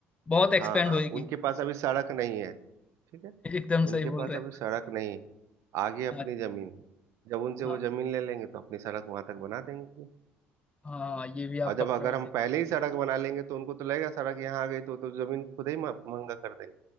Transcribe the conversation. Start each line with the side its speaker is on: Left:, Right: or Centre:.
Left: बहुत एक्सपेंड
Right: हाँ
Left: होएगी
Right: उनके पास अभी सड़क नहीं है ठीक है
Left: एकदम
Right: उनके
Left: सही बोल
Right: पास
Left: रहे
Right: अभी
Left: हैं
Right: सड़क नहीं है आगे अपनी
Left: हाँ
Right: जमीन है जब उनसे
Left: हाँ
Right: वो जमीन ले लेंगे तो अपनी सड़क वहां तक बना देंगे
Left: हाँ ये भी आपका
Right: और जब
Left: पॉइंट
Right: अगर हम पहले ही सड़क
Left: है
Right: बना लेंगे तो उनको तो लगेगा सड़क यहाँ आ गई तो तो जमीन खुद ही मह- महंगा कर देंगे